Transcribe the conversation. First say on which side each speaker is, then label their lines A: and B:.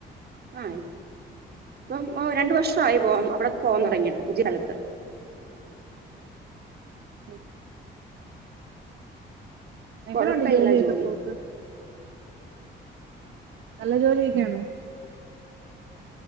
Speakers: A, on the right; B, on the right.
A: ആ ഇപ്പം രണ്ട് വർഷമായി പോ അവിടെ പോവാ തുടങ്ങിട്ട് പുതിയ സ്ഥലത്ത്
B: ആ എങ്ങനെയുണ്ട്
A: കൊഴപ്പമില്ല
B: ജോലിയൊക്കെ
A: ജോലി
B: പോക്ക് നല്ല ജോലിയൊക്കെയാണോ